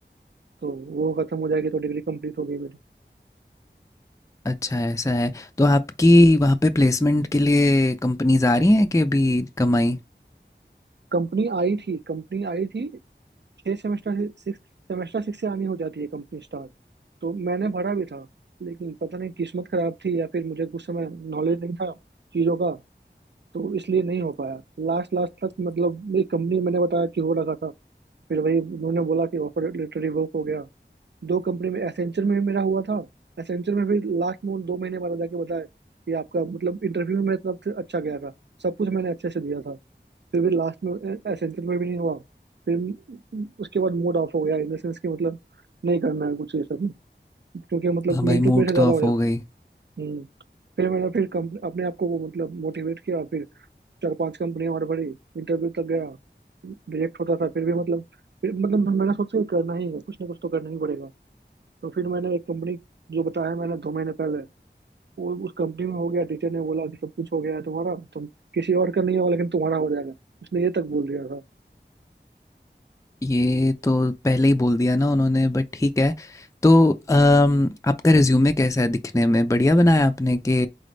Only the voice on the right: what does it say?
तो वो खत्म हो जाएगी तो डिग्री कंप्लीट हो गई मेरी
कंपनी आई थी कंपनी आई थी छह सेमेस्टर से सिक्स सेमेस्टर सिक्स से आनी हो जाती है कंपनी स्टार्ट तो मैंने भरा भी था लेकिन पता नहीं किस्मत खराब थी या फिर मुझे कुछ समय नॉलेज नहीं था चीज़ों का तो इसलिए नहीं हो पाया लास्ट लास्ट तक मतलब मेरी कंपनी मैंने बताया कि हो रखा था फिर वही उन्होंने बोला कि ऑफर लेटर रिवोक हो गया दो कंपनी में एसेंचर में भी मेरा हुआ था एसेंचर में भी लास्ट में उन दो महीने बाद जाके बताया कि आपका मतलब इंटरव्यू में मेरी तरफ से अच्छा गया था सब कुछ मैंने अच्छे से दिया था फिर भी लास्ट में एसेंचर में भी नहीं हुआ फिर म- उसके बाद मूड ऑफ हो गया इन द सेंस कि मतलब नहीं करना है कुछ ये सब क्योंकि मतलब
मेंटल
प्रेशर ज़्यादा
हो जाता
हम्म फिर मैंने फिर कंप अपने आप को वो मतलब मोटिवेट किया फिर चार पांच कंपनियां और बड़ी इंटरव्यू तक गया रिजेक्ट होता था फिर भी मतलब फिर मतलब मैंने सोचा कि करना ही है कुछ ना कुछ तो करना ही पड़ेगा तो फिर मैंने एक कंपनी जो बताया मैंने दो महीने पहले वो उस कंपनी में हो गया टीचर ने बोला कि सब कुछ हो गया है तुम्हारा तुम किसी और का नहीं होगा लेकिन तुम्हारा हो जाएगा उसने ये तक बोल दिया था